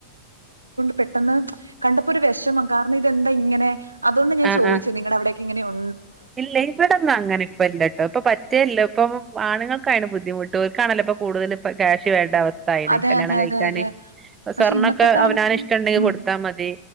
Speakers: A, on the right; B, on the right.
A: പെട്ടന്ന് കണ്ടപ്പൊര് വെഷമം കാർണ ഇതെന്താ ഇങ്ങനെ അതുകൊണ്ടാ ഞാൻ
B: ആഹ് ആഹ്
A: ചോയ്ച്ച് നിങ്ങടെ അവിടെക്ക് ഇങ്ങനെ ഉണ്
B: ഇല്ല ഇവ്ടൊന്നു അങ്ങനെ ഇപ്പ ല്ല ല്ല പ്പ പറ്റേ ല്ല പ്പൊ ആണ്ങ്ങക്കായ്ണ് ബുദ്ധിമുട്ട് ഓൽക്കാണല്ലോ പ്പൊ കൂടുതല് കാശ് വേണ്ട അവസ് ത്തായ്ണ്
A: അതെ
B: കല്യാണം
A: അതെ
B: കഴിക്കാൻ
A: അതെ അതെ
B: സ്വർണൊക്കാ
A: പക്ഷെ ഇന്നത്തെ കാലത്ത്
B: അവനാൻ ഇഷ്ടണ്ടെങ്കിൽ
A: ഉം
B: കൊടുത്താൽ മതി